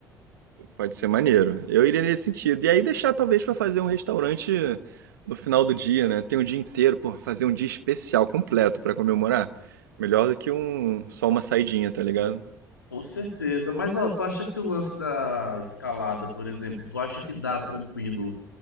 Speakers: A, on the right (about 75°); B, on the left (about 80°).
A: pode ser maneiro. Eu iria nesse sentido. E aí deixar, talvez, pra fazer um restaurante no final do dia, né? Tem um dia inteiro, pô, fazer um dia especial completo pra comemorar. Melhor do que um, só uma saidinha, tá ligado?
B: Com certeza. Mas, ó, tu acha que o lance da escalada, por exemplo, tu acha que dá tranquilo